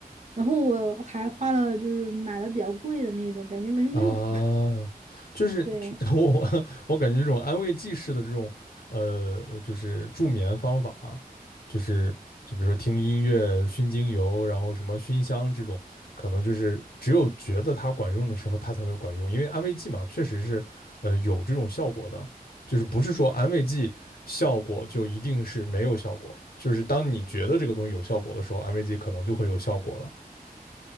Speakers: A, on the right; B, on the left.
A: 然后我还花了就是买了比较贵的那种，感觉没什么用。
B: 啊，就是
A: <laughs> 对。
B: <laughs> 我我感觉这种安慰剂式的这种呃，呃就是助眠方法，就是就比如说听音乐、熏精油，然后什么熏香这种，可能就是只有觉得它管用的时候，它才会管用。因为安慰剂嘛，确实是呃有这种效果的，就是不是说安慰剂效果就一定是没有效果，就是当你觉得这个东西有效果的时候，安慰剂可能就会有效果了。